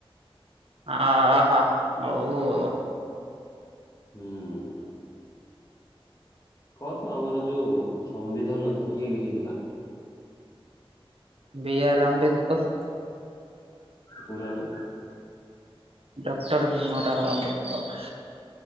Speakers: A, on the right; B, on the left.
A: ଆହା ହୋଉ ଉ
B: ହୁଁ। କହ ତ ଆମର ଯୋଉ ସମ୍ବିଧାନ ଅଛି କିଏ ଲେଖିଥିଲା?
A: ବି ଆର୍ ଆମ୍ବେେଦକର୍।
B: ପୁରା ନାଁ?
A: ଡକ୍ଟର ଭିମ ରାଓ ଆମ୍ବେେଦକର୍।